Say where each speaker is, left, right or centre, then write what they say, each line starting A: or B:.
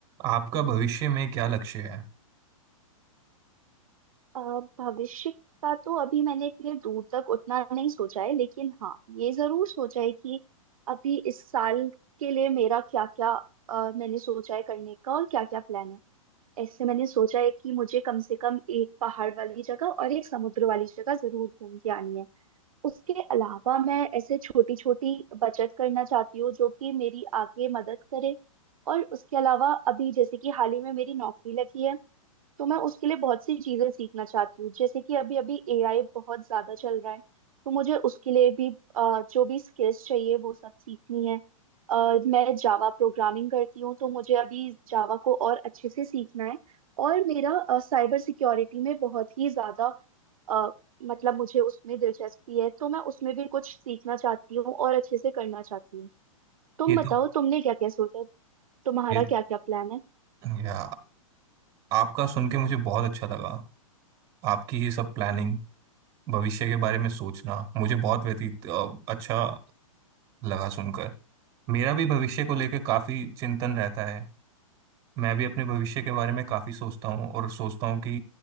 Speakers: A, on the right (about 20°); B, on the right (about 75°).
A: आपका भविष्य में क्या लक्ष्य है
B: अ, भविष्य का तो अभी मैंने इतने दूर तक उतना नहीं सोचा है लेकिन हाँ ये जरूर सोचा है कि अभी इस साल के लिए मेरा क्या क्या मैंने सोचा है करने का और क्या क्या प्लान है ऐसे मैंने सोचा है कि मुझे कम से कम एक पहाड़ वाली जगह और एक समुद्र वाली जगह जरूर घूम के आनी है उसके अलावा मैं ऐसे छोटी छोटी बचत करना चाहती हूँ जो कि मेरी आगे मदद करे और उसके अलावा अभी जैसे कि हाल ही में मेरी नौकरी लगी है तो मैं उसके लिए बहुत सी चीजें सीखना चाहती हूँ जैसे कि अभी अभी एआई बहुत ज्यादा चल रहा है तो मुझे उसके लिए भी अ, जो भी स्किल्स चाहिए वो सब सीखनी है अ, मैं जावा प्रोग्रामिंग करती हूँ तो मुझे अभी जावा को और अच्छे से सीखना है और मेरा साइबर सिक्योरिटी में बहुत ही ज्यादा अ, मतलब मुझे उसमें दिलचस्पी है तो मैं उसमें भी कुछ सीखना चाहती हूँ और अच्छे से करना चाहती हूँ तुम
A: ये
B: बताओ
A: तो
B: तुमने क्या क्या सोचा तुम्हारा
A: ये
B: क्या क्या प्लान है
A: या आपका सुन के मुझे बहुत अच्छा लगा आपकी ये सब प्लानिंग भविष्य के बारे में सोचना मुझे बहुत व्यतीत अ, अच्छा लगा सुनकर मेरा भी भविष्य को लेकर काफी चिंतन रहता है मैं भी अपने भविष्य के बारे में काफी सोचता
B: हम्म।
A: हूँ और सोचता हूँ कि